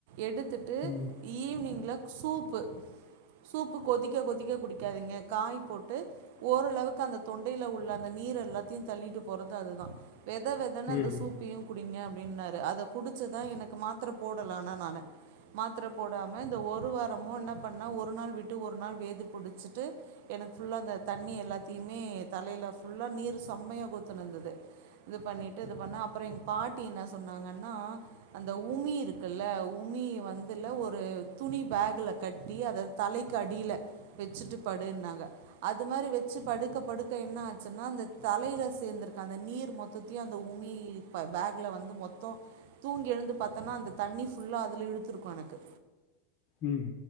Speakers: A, on the right; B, on the left.
A: எடுத்துட் டு
B: ம்.
A: ஈவ்னிங்ல சூப்பு சூப்பு கொதிக்க கொதிக்க குடிக்காதிங்க காய் போட்டு ஓரளவுக்கு அந்த தொண்டையில உள்ள அந்த நீர் எல்லாத்தையு தள்ளிட்டு போறது அதுதா வெத வெத் அதானே
B: ம்.
A: அந்த சூப்பையு குடிங்க அப்டின்னாரு அத குடிச்சதா எனக்கு மாத்தர போடல ஆனா நானு மாத்தர போடாம இந்த ஒரு வாரமு என்ன பண்ணா ஒரு நாள் விட்டு ஒரு நாள் வேதி புடுச்சிட்டு எனக்கு ஃபுல்லா அந்த தண்ணி எல்லாத்தையுமே தலையில ஃபுல்லா நீர் சம்மையா கொர்த்துனுந்தது இது பண்ணிட்டு இது பண்ண அப்றோ எங்க பாட்டி என்ன சொன்னாங்கன்னா அந்த உமி இருக்குல உமி வந்துல ஒரு துணி பேக்ல கட்டி அத தலையிக்கு அடில வெச்சுட்டு படுன்னாங்க அது மாரி வெச்சு படுக்க படுக்க என்னாச்சுன்னா அந்த தலையில சேந்திருக்க அந்த நீர் மொத்தத் தையு அந்த உமி இப்ப பேக்ல வந்து மொத் போ தூங்கி எழுந்து பாத்தோனா அந்த தண்ணி ஃபுல்லா அதுல இழுத்துருக்கு எனக்கு
B: ம்